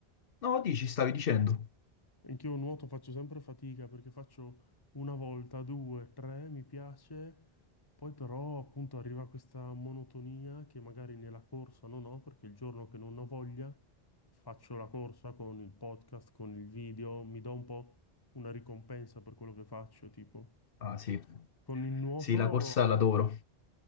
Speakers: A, on the left; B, on the left.
A: No, dici, stavi dicendo.
B: Anch'io nuoto faccio sempre fatica perché faccio una volta, due, tre, mi piace, poi però appunto arriva questa monotonia che magari nella corsa non ho perché il giorno che non ho voglia faccio la corsa con il podcast, con il video, mi do un po' una ricompensa per quello che faccio, tipo.
A: Ah, sì.
B: Con il nuoto...
A: Sì, la corsa l'adoro.